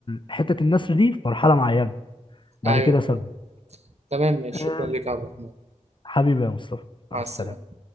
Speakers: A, on the left; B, on the right.
A: حته النثر دي في مرحله معينه بعد
B: ايوه
A: كده سابها
B: فهمت تمام ماشي
A: آه
B: شكرا لك يا عبد الرحمن
A: حبيبي يا مصطفى مع
B: مع
A: السلامه
B: السلامه